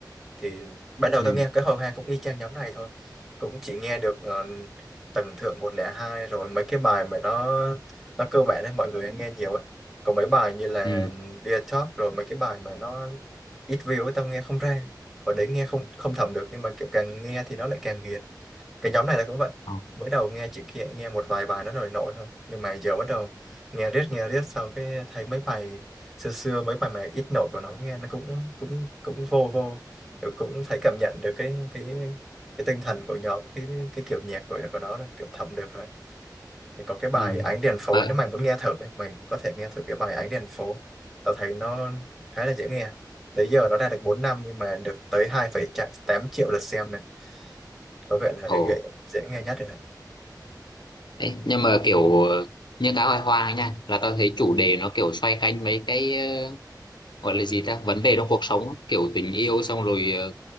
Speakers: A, in the centre; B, on the left.
A: thì ban đầu
B: Ừ.
A: tao nghe cái hồi hoa cũng y chang nhóm này thôi cũng chỉ nghe được ờ, tầng thượng 102 rồi mấy cái bài mà nó nó cơ bản đấy mọi người nghe nhiều ấy còn mấy bài như là
B: Ừ.
A: Dear Talk rồi mấy cái bài mà nó ít view ấy tao nghe không ra hồi đấy nghe không không thẩm được nhưng mà kiểu càng nghe thì nó lại càng ghiền cái nhóm này là cũng vậy
B: Ờ.
A: mới đầu nghe chỉ kia nghe một vài bài nó nổi nổi thôi nhưng mà giờ bắt đầu nghe riết nghe riết xong cái thấy mấy bài xưa xưa mấy bài mà ít nổi của nó nghe nó cũng cũng cũng vô vô Kiểu cũng thấy cảm nhận được cái cái cái tinh thần của nhóm cái cái kiểu nhạc của của nó rồi kiểu thẩm được rồi thì có cái bài
B: Ừ.
A: ánh đèn phố
B: Mà,
A: nếu mày muốn nghe thử mày có thể nghe thử cái bài ánh đèn phố tao thấy nó khá là dễ nghe tới giờ nó ra được 4 năm nhưng mà được tới hai phẩy tám triệu lượt xem này có vẻ là
B: ồ.
A: cái dễ dễ nghe nhất rồi
B: Đấy, nhưng mà kiểu ờ, như cá hồi hoang ấy nha là tao thấy chủ đề nó kiểu xoay quanh mấy cái ờ, gọi là gì ta vấn đề trong cuộc sống kiểu tình yêu xong rồi ờ,